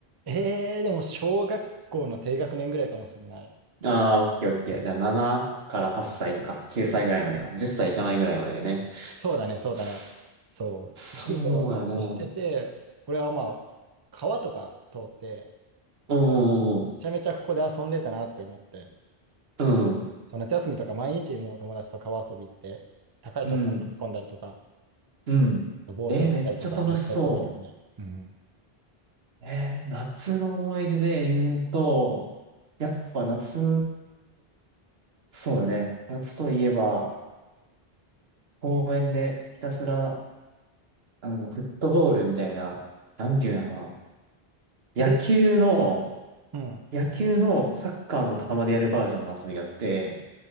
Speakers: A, on the right; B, on the right.
A: えー、でも小学校の低学年ぐらいかもしれない。
B: ああー、オッケーオッケー。じゃあ、7から8歳とか、9歳ぐらいまでか、10歳いいかないぐらいまででね。
A: そうだね、そうだね。
B: そ
A: そう。
B: そうやね。
A: 近所を散歩してて、俺はまあ、川とか通って、
B: うんうん
A: めちゃめちゃここで遊んでたなって思って、
B: うん、うん、
A: そう夏休みとか毎日もう友達と川遊び行って、高いとこから飛び込んだりとか、
B: うん、うん。
A: ボート乗ったりとか、
B: えーめっちゃ楽しそ
A: めっちゃやってたよね。うん。
B: う。えー夏の思い出で言うと、やっぱ夏、そうよね。夏といえば、公園でひたすら、あの、フットボールみたいな、なんていうのかな。野球の、
A: え、うん。
B: 野球のサッカーの球でやるバージョンの遊びがあって、